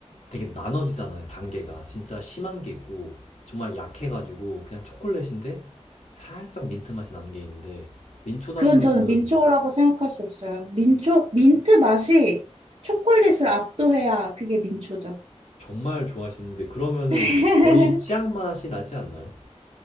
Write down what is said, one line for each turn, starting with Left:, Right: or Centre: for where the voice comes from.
Left: 되게 나눠지잖아요, 단계가. 진짜 심한 게 있고 정말 약해가지고 그냥 초콜릿인데 살짝 민트 맛이 나는 게 있는데 민초 다니면은
Right: 그건 저는 민초라고 생각할 수 없어요. 민초, 민트 맛이 초콜릿을 압도해야 그게 민초죠.
Left: 정말 좋아하시는데 그러면은
Right: <laughs>
Left: 거의 치약 맛이 나지 않나요?